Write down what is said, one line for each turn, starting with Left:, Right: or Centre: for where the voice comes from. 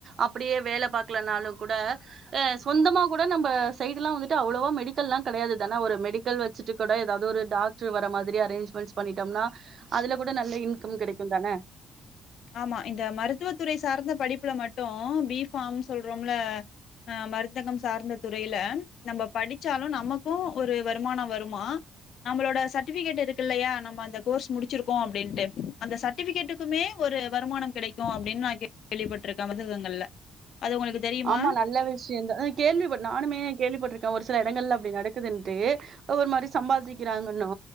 Right: அப்டியே வேல பாக்கலனாலு கூட அ சொந்தமா கூட நம்ப சைடுல்லா வந்துட்டு அவ்ளோவா மெடிக்கல்லா கெடையாது தானே ஒரு மெடிக்கல் வச்சுட்டு கூட எதாவது ஒரு டாக்டர் வர மாதிரி அரேஞ்ச்மென்ட்ஸ் பண்ணிட்டோம்னா அதுல கூட நல்ல இன்கம் கெடைக்கு தானே
Left: ஆமா இந்த மருத்துவத்துறை சார்ந்த படிப்புல மட்டு பி ஃபாம்னு சொல்றோம்ல அ மருந்தகம் சார்ந்த துறையில நம்ப படிச்சாலு நமக்கு ஒரு வருமானம் வருமா நம்மளோட சர்டிஃபிகேட் இருக்குல்லயா நம்ம அந்த கோர்ஸ் முடிச்சிருக்கோ அப்டின்னுட்டு அந்த சர்டிஃபிகேட்டுக்குமே ஒரு வருமானம் கெடைக்கு அப்டின்னு நா கேள்விப்பட்டிருக்கே மருந்தகங்கள்ல அது உங்களுக்கு தெரியுமா?
Right: ஆமா நல்ல விஷயதா கேள்வி பட் நானுமே கேள்விப்பட்டிருக்கே ஒரு சில எடங்கள்ல அப்டி நடக்குதுன்ட்டு ஒரு மாரி சம்பாதிக்கிறாங்கன்னு